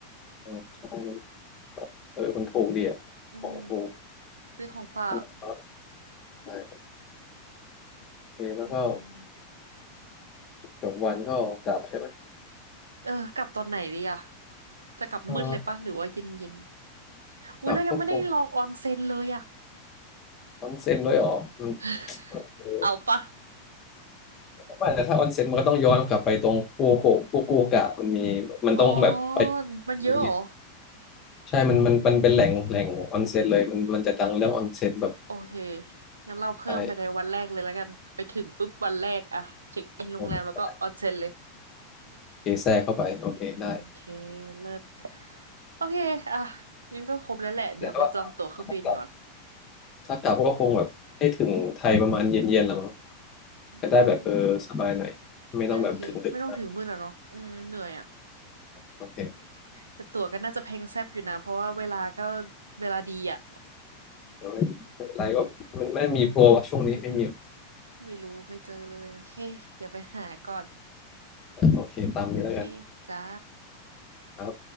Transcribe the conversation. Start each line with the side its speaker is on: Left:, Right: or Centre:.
Left: อืมใช่มันเออมันถูกดีอ่ะของถูก
Right: อืมซื้อของฝาก
Left: แล้วก็ได้โอเคแล้วก็
Right: อืม
Left: จบวันก็กลับใช่ไหม
Right: เออกลับตอนไหนดีอะจะกลับมืดเลยปะหรือว่าเย็นเย็น
Left: เออ
Right: อุ้ยเรายังไม่ได้ลองออนเซ็นเลยอะ
Left: กลับก็คงออนเซ็นด้วยเหรออืม
Right: <laughs>
Left: เออ
Right: เอาปะ
Left: ไม่แต่ถ้าออนเซ็นมันก็ต้องย้อนกลับไปตรงฟูกุฟูกุกะมันมีมันต้องแบบไป
Right: อ๋อมันเยอะเหรอ
Left: อะไรเงี้ยใช่มันมันมันเป็นแหล่งแหล่งออนเซ็นเลยมันมันจะดังเรื่องออนเซ็นแบบ
Right: โอเคงั้นเราเพิ่มไปในวันแรกเลยแล้วกันไปถึงปุ๊บวันแรกอะเช็คอินโรงแรมแล้วก็ออนเซ็นเลย
Left: ใช่โอเคแทรกเข้าไปโอเคได้
Right: อืมโอเคเลิศโอเคอ่ะงั้นก็ครบแล้วแหละเดี๋ยวไปจองตั๋วเครื่องบินก่อน
Left: แต่ว่าถ้ากลับถ้ากลับก็คงแบบให้ถึงไทยประมาณเย็นๆแหละมั้ง จะได้แบบเออสบายหน่อยไม่ต้องแบบถึงดึกนะ
Right: ไทยเย็นๆเออโอเคไม่ต้องถึงมือแล้วเนาะอืมเหนื่อยอ่ะ
Left: โอเค
Right: แต่ตั๋วก็น่าจะแพงแซบอยู่นะเพราะว่าเวลาก็เวลาดีอ่ะ
Left: โอเคไม่เป็นไรก็มันไม่มีโปรอะช่วงนี้ไม่มีหรอก
Right: ไม่รู้ไม่เจอเลยโอเคเดี๋ยวไปหาก่อน
Left: อ่ะโอเคตามนี้แล้วกัน
Right: โอเคจ้า
Left: ครับ